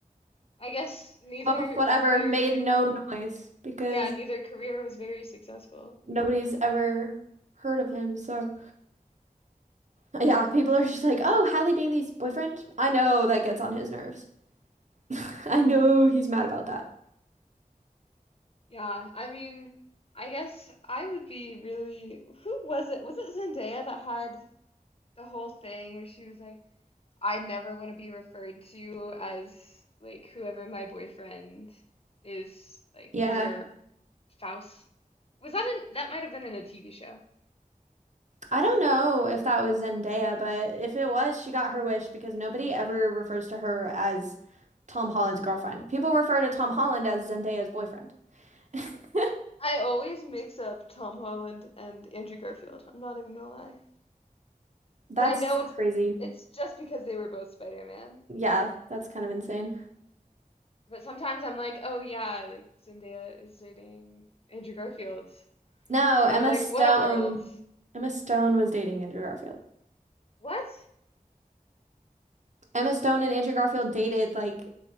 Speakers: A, on the left; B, on the right.
A: I guess neither
B: Well, whatever,
A: career,
B: made no noise because
A: yeah, neither career was very successful.
B: nobody's ever heard of him. So <laughs> yeah, people are just like, "Oh, Halle Bailey's boyfriend?" I know that gets on his nerves. <laughs> I know he's mad about that.
A: Yeah, I mean, I guess I would be really. Who was it? Was it Zendaya that had the whole thing where she was like, I never want to be referred to as like whoever my boyfriend is, like,
B: Yeah.
A: and their spouse? Was that in, that might have been in a TV show.
B: I don't know if that was Zendaya, but if it was, she got her wish because nobody ever refers to her as Tom Holland's girlfriend. People refer to Tom Holland as Zendaya's boyfriend. <laughs>
A: I always mix up Tom Holland and Andrew Garfield. I'm not even gonna lie.
B: That's
A: And I know it's
B: crazy.
A: it's just because they were both Spider-Man.
B: Yeah, that's kind of insane.
A: But sometimes I'm like, oh yeah, like Zendaya is dating Andrew Garfield.
B: No,
A: And
B: Emma
A: I'm like,
B: Stone.
A: what a world.
B: Emma Stone was dating Andrew Garfield.
A: What?
B: Emma Stone and Andrew Garfield dated like